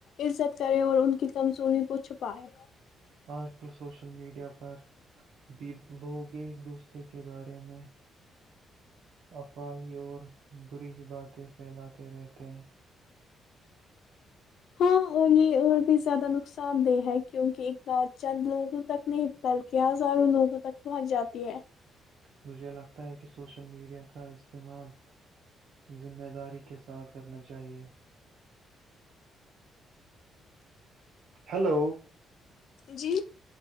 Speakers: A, on the left (about 70°); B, on the right (about 75°).
A: عزت کرے اور ان کی کمزوری کو چھپائے
B: آج کل سوشل میڈیا پر بھی لوگ ایک دوسرے کے بارے میں آپا ہی اور بری ہی بات ہے پھیلا چیرےتے
A: ہاں اور یہ اور بھی زیادہ نقصان دہ ہے کیونکہ اق بار چند لوگوں تک نہیں بلکہ ہزاروں لوگوں تک پہنچ جاتی ہے
B: مجھے لگتا ہے کہ سوشل میڈیا کا استعمال ذمہ داری کے ساتھ کرنا چاہیئے ہیلو
A: جی